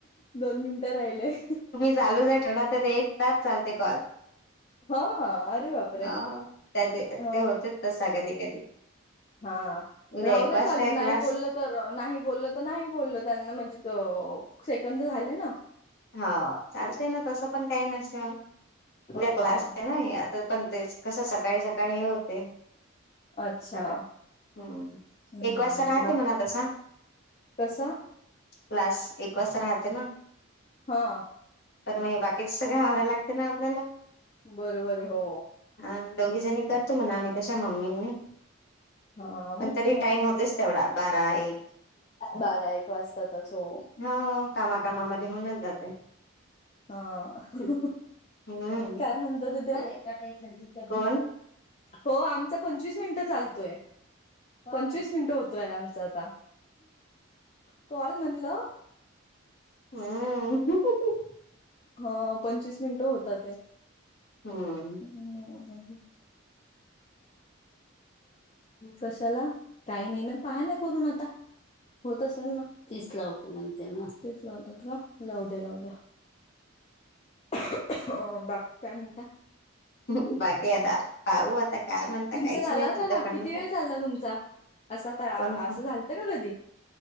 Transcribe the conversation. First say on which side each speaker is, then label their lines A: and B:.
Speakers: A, on the left; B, on the left.
A: दोन मिनटं राहिलंय.
B: चालूच जर ठेवला, तर ते एक तास चालते कॉल.
A: हा आरे बापरे
B: हा त्या ते
A: हा.
B: होतेच तसा कधी कधी
A: हा
B: उद्या
A: राहू
B: एक
A: दे
B: वाजता
A: चालू.
B: आहे क्लास
A: नाही बोललं तर नाही बोललं तर नाही बोललं त्यांना म्हणजे त सेकंद झाले ना.
B: हा चालतंय ना तसं पण काही नसनं उद्या
A: ह
B: क्लास आहे ना. तर पण तेच कसं सकाळी सकाळी हे होते
A: अच्छा
B: सगळा हम्म
A: हम्म
B: एक वाजता राहते
A: बाकी
B: म्हणा तसा.
A: कसा?
B: क्लास एक वाजता राहते ना.
A: हा.
B: तर मग हे बाकीच सगळं आवराय लागते ना आपल्याला.
A: बरोबर आहे हो.
B: हा दोघीजणी करतो म्हणा आम्ही तशा मम्मी आणि मी.
A: हा
B: पण
A: मग
B: तरी
A: काय
B: टाइम
A: तर
B: होतयच तेवढा बारा एक.
A: बारा एक वाज त्यातच हो.
B: हो कामा कामामध्ये होऊनच जातंय.
A: हो.
B: हम्म.
A: काय म्हणत्या त्या?
B: कोण
A: हो आमचा पंचवीस मिनटं चालतोय. पंचवीस मिनिटं होतोय आमचा आता. कॉल म्हणलं
B: हम्म.
A: हो पंचवीस मिनिटं होता ते.
B: हम्म.
A: हम्म. कशाला काही नाही ना पहा ना करून आता. होत असेल ना तीच लावत म्हणते ना. तीच लावतात का? लावू द्या लावू द्या. अं बाकी काय म्हणता?
B: हं बाकी आता, पाहू आता. काय म्हणता
A: तुमचं
B: काहीच
A: झाला
B: नाही
A: होता
B: सध्या
A: का?
B: म्हणण्यासारखं.
A: किती वेळ चालला तुमचा असा,
B: फोन
A: असं झालतं का कधी?